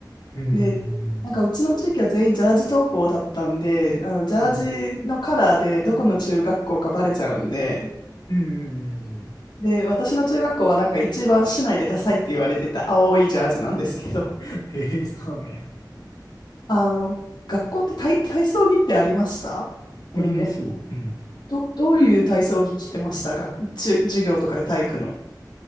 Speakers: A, on the left (about 55°); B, on the left (about 70°).
A: うーん。
B: で、なんかうちの地域は全員ジャージ登校だったんで、あのジャージのカラーでどこの中学校かバレちゃうんで、
A: うん。うん、うん、うんうん。
B: で、私の中学校はなんか一番市内でダサいって言われてた青いジャージなんですけど、
A: <laughs> へえ、そうなんや。
B: あの、学校って体、体操着ってありましたよね。
A: ありますよ。うん。
B: ど、どういう体操着着てました学、じゅ、授業とかで体育の。